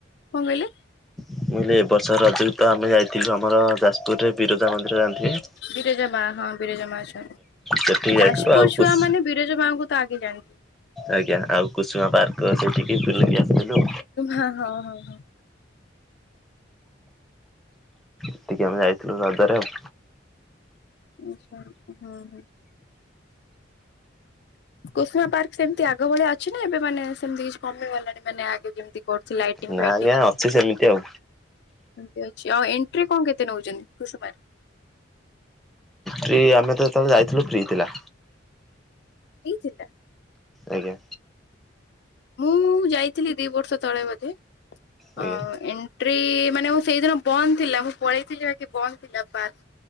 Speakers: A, on the left; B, in the centre.
A: କଣ କହିଲେ?
B: ମୁଁ କହିଲି ଏ ବର୍ଷ ରଜକୁ ତ ଆମେ ଯାଇଥିଲୁ ଆମର ଯାଜପୁରରେ ବିରଜା ମନ୍ଦିର ଯାଣିଥିବେ?
A: ବିରଜା ମା ହଁ ବିରଜା ମା ଅଛନ୍ତି
B: ସେଠିକି ଯାଇଥିଲୁ
A: ଯାଜପୁର
B: ଆଉ କୁସ୍
A: ଛୁଆ ମାନେ ବିରଜା ମାଙ୍କୁ ତ ଆଗେ ଯାଣିବୁ।
B: ଆଜ୍ଞା ଆଉ କୁସୁମା ପାର୍କ ସେଇଠିକି ବୁଲିକି ଆସିଥିଲୁ।
A: ହ ହଁ ହଁ ହଁ।
B: ସେଠିକି ଆମେ ଯାଇଥିଲୁ ରଜରେ ଆଉ।
A: ଆଛା ହଁ ହଁ। କୁସୁମା ପାର୍କ ସେମିତି ଆଗ ଭଳିଆ ଅଛି ନା ଏବେ ମାନେ ସେମିତି କିଛି କମେଇ ଗଲାଣି ମାନେ ଆଗେ ଯେମିତି ପଡୁଛି ଲାଇଟିଂ
B: ନା
A: ଫାଇଟିଂ।
B: ଆଜ୍ଞା ଅଛି ସେମିତି ଆଉ
A: ଏମତି ଅଛି ଆଉ ଏଣ୍ଟ୍ରି କଣ କେତେ ନଉଛନ୍ତି କୁସୁପାର୍କ?
B: ଆରେ ଆମେ ତ ଯେତେବେଳେ ଯାଇଥିଲୁ ଫ୍ରି ଥିଲା।
A: ଫ୍ରି ଥିଲା।
B: ଆଜ୍ଞା।
A: ମୁଁ ଯାଇଥିଲି ଦି ବର୍ଷ ତଳେବୋଧେ। ହଁ
B: ଆଜ୍ଞା
A: ଏଣ୍ଟ୍ରି ମାନେ ମୁଁ ସେଇଦିନ ବନ୍ଦ ଥିଲା ମୁଁ ପଳେଇଥିଲି ବାକି ବନ୍ଦ ଥିଲା ପାର୍କ।